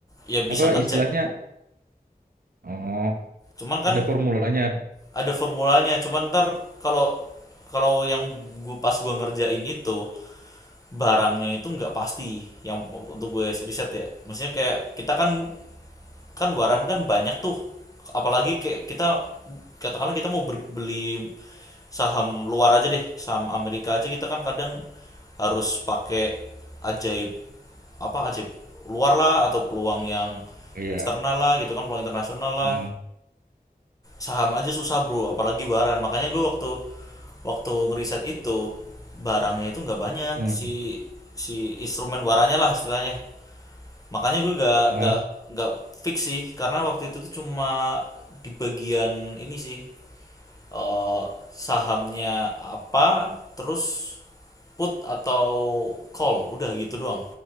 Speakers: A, on the left; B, on the right.
A: ya bisa
B: apa
A: ngecek
B: istilahnya? Oh,
A: cuman kan
B: ada formulanya.
A: ada formulanya cuman ntar kalau kalau yang gua pas gua ngerjain itu barangnya itu nggak pasti yang untuk gue riset ya maksudnya kayak kita kan kan waran kan banyak tuh apalagi kayak kita katakanlah kita mau beli saham luar aja deh saham Amerika aja kita kan kadang harus pakai ajaib apa ajaib luar lah atau peluang yang
B: Iya.
A: eksternal lah gitu kan peluang internasional lah
B: Mm.
A: saham aja susah bro apalagi waran makanya gue waktu waktu ngeriset itu barangnya itu nggak banyak
B: Mm.
A: si si instrumen warannya lah istilahnya Makanya gue gak
B: Oh.
A: gak gak fix sih karena waktu itu tuh cuma di bagian ini sih eh, sahamnya apa terus put atau call udah gitu doang.